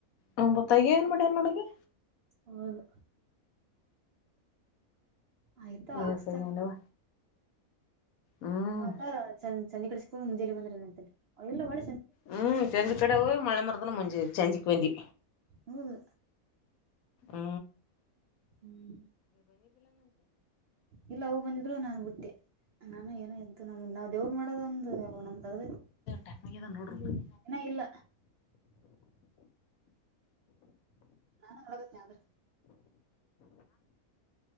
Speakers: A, on the left; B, on the right.
A: ಹ ಬೊತ್ತಗ ಏನ್ ಮಾಡಡ ಅನ್ನೋಳಗೆ
B: ಹೌದು ಆಯ್ತ ಹಾಕ್ಸ್ತಾರೆ
A: ಏಸಗ್ಯಾನವ ಹ್ಮ್
B: ಹೌದಾ ಸಂಜೆ ಕಡೆಸಕ ಮುಂಜೇೆಯಲ್ಲಿ ಬಂದ್ರ ಅಂತಲ್ಲ ಒಳ
A: ಹ್ಮ್ ಚೆಂಜಿ ಕಡಾವ ಮಳ ಮರದಾನ ಮುಂಜಿ ಚೆಂಜಿ ವಂದಿ
B: ಹೌದು
A: ಹ
B: ಹ್ಮ್ ಇಲ್ಲ ಹೋಗ ಬಂದಿದ್ರು ನನ್ ಬುಟ್ಟೆ ನಾನ ಏನ ಇದದ್ದು ನಮ್ದ ನಾವವು ದೇವ್ರರು ಮಾಡೋದ ಒಂದು ನಮ್ದ
A: ಟೈಮ್ ಆಗ್ಯದ ನೋಡ್ರಿ
B: ಏನ ಇಲ್ಲ ನಾನು ಒಳಗತ್ತೇ ಅವ್ರ